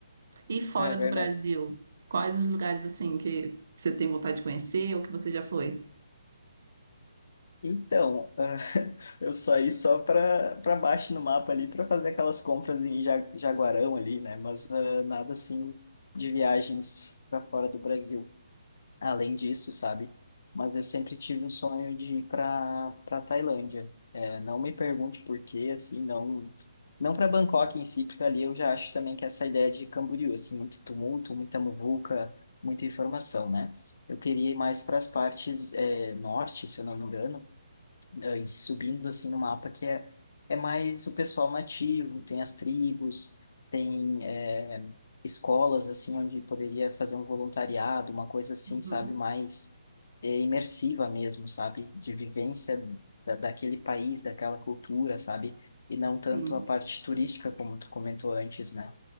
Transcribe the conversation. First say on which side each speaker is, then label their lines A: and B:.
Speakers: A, on the right (about 45°); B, on the left (about 50°).
A: E fora
B: É verdade.
A: do Brasil, quais os lugares assim que você tem vontade de conhecer ou que você já foi?
B: Então, ah, <laughs> eu saí só para para baixo no mapa ali para fazer aquelas compras em Ja- Jaguarão ali, né? Mas ah, nada assim de viagens para fora do Brasil. Além disso, sabe? Mas eu sempre tive o sonho de ir para para Tailândia. É, não me pergunte por quê, assim, não não para Bangkok em si, porque ali eu já acho também que essa ideia de Camboriú, assim, muito tumulto, muita muvuca, muita informação, né? Eu queria ir mais para as partes eh, norte, se eu não me engano eh, e subindo assim no mapa que é, é mais o pessoal nativo, tem as tribos, tem eh, escolas assim onde poderia fazer um voluntariado, uma coisa assim,
A: Uhum,
B: sabe, mais eh, imersiva mesmo, sabe, de vivência da, daquele país, daquela cultura, sabe, e não
A: Sim,
B: tanto a parte turística como tu comentou antes, né?